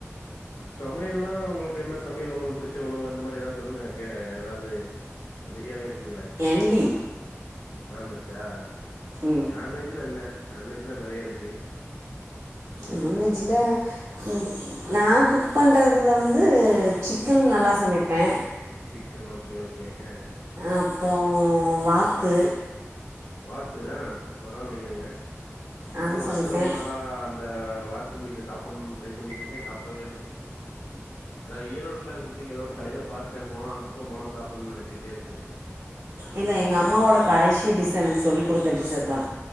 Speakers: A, on the left; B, on the right.
A: சமையல்லா உங்களுக்கு என்ன சமையல் உங்களுக்கு புடிச்ச உணவு அந்த மாரி ஏதாவது சொல்லுங்க கே ஏதாவது அமைதியாவே இருக்கீங்கள
B: என் வி
A: நான் வெஜ்ஜா
B: ம்
A: நான் வெஜ்ஜில என்ன நான் வெஜ்ல நெறய இருக்கு
B: நான் வெஜ்ஜில ம் நா குக் பண்றதில வந்து சிக்கன் நல்லா சமைப்பே
A: சிக்கன் ஓகே ஓகே அ
B: அப்றோ வாத்து
A: வாத்து ஆ பரவா இல்லைங்களேங்க நானு
B: அது
A: வாத்து
B: சமைப்பேன்
A: ரொம்ப நாளா அந் த வாத்து மீட்ட சாப்பிட்ணு ட்ரை பண்ணிட்ருக்கே சாப்பிடவே இல்ல ஏதாவது ஈரோட்ல சொல் திங்க ஒரு கடைல பாத்தே போனா அந்த பக்கோ போனா சாப்புட்ணுனு நினைச்சிக்கிட்டே இருக்குறது
B: இல்ல எங்க அம்மாவோட கடைசி டிஸ்ஸு எனக்கு சொல்லி குடுத்த டிஷ் அதா